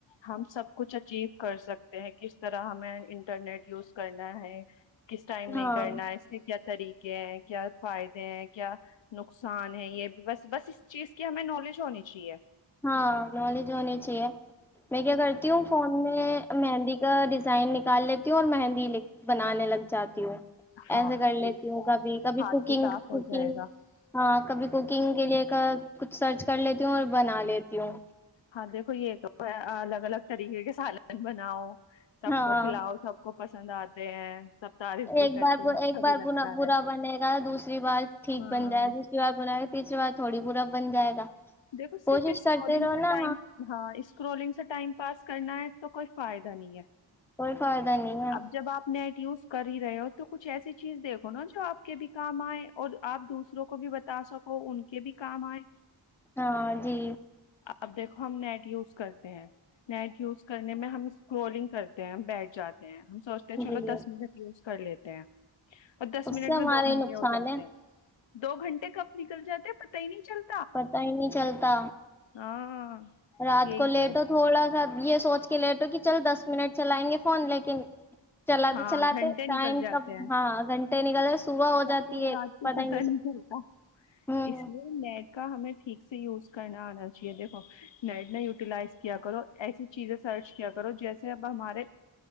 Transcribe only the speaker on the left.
ہم سب کچھ اچیو کر سکتے ہیں کس طرح ہمیں انٹرنیٹ یوز کرنا ہے کس ٹائم نہیں
کرنا ہے اس نے کیا طریقہ کیا ہے کیا فائدے ہیں کیا نقصان ہے یہ بھی بس بس اس چیز کی ہمیں نالج ہونی چاہیے
ہاں
یہ
ہاں
ہاتھ
بھی صاف ہو
جائے گا
ہم،
ہاں دیکھو یہ تو ہے الگ الگ طریقے کے سالن بناؤ سب
کو کھلاؤ سب کو پس پسند آتے ہیں سب تعریف
بھی کرتے
ہیں اچھا
بھی لگتا
ہے
ہاں
دیکھو
صرف اسکرالنگ
سے
ٹائم ہاں اسکرالنگ سے ٹائم پاس کرنا ہے تو کوئی فائدہ نہیں ہے
اب جب آپ نیٹ یوز کر ہی رہے ہو تو کچھ ایسی چیز دیکھو نا جو آپ کے بھی کام آئے اور آپ دوسروں کو بھی بتا سکو ان کے بھی کام آئے
اب دیکھو ہم نیٹ یوز کرتے ہیں نیٹ یوز کرنے میں ہم اسکرولنگ کرتے ہیں بیٹھ جاتے ہیں ہم سوچتے چلو
دس منٹ یوز کر لیتے ہیں اور دس
منٹ
میں دو
گھنٹے
ہو جاتے
ہیں دو گھنٹے کب نکل جاتے پتا ہی نہیں چلتا
ہاں
یہی
تو
ہاں
گھنٹے
نکل جاتے
ہیں
جاتے
ہیں
رات کے
پتہ
نہیں چلتا
اس لیے نیٹ کا ہمیں ٹھیک سے یوز کرنا آنا چاہیے دیکھو نیٹ نے یوٹیلائز کیا کرو ایسی چیزیں سرچ کیا کرو جیسے اب ہمارے